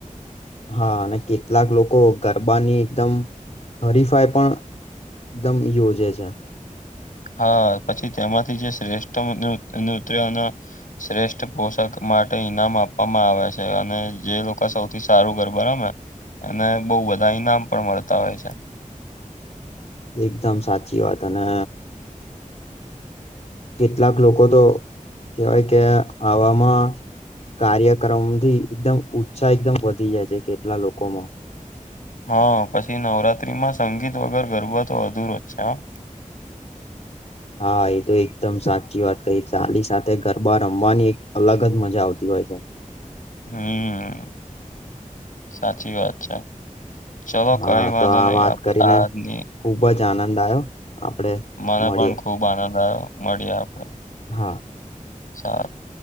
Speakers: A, on the left; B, on the left.
A: હા અને કેટલાક લોકો ગરબાની એકદમ હરીફાઈ પણ એકદમ યોજે છે.
B: હા પછી તેમાંથી જે શ્રેષ્ઠ નૂત્ય નૃત્યના શ્રેષ્ઠ પોષાક માટે ઈનામ આપવામાં આવે છે અને જે લોકો સૌથી સારું ગરબા રમે અને બહુ બધા ઈનામ પણ મળતા હોય છે.
A: એકદમ સાચી વાત અને કેટલાક લોકો તો કેવાય કે આવામાં કાર્યક્રમથી એકદમ ઉત્સાહ એકદમ વધી જાય છે કેટલા લોકોનો.
B: હા પછી નવરાત્રીમાં સંગીત વગર ગરબા તો અધુરો જ છે હા
A: હા એ તો એકદમ સાચી વાત કહી ચાલી સાથે ગરબા રમવાની એક અલગ જ મજા આવતી હોય છે.
B: હમ સાચી વાત છે. ચાલલો
A: હા
B: કઈ વાંધો
A: તો આ
B: નહી
A: વાત કરીને
B: આની
A: ખુબ જ આનંદ આવ્યો આપડે
B: મને
A: મળીએ
B: પણ ખુબ આનંદ આવ્યો મળી આપડે
A: હા.
B: સારું.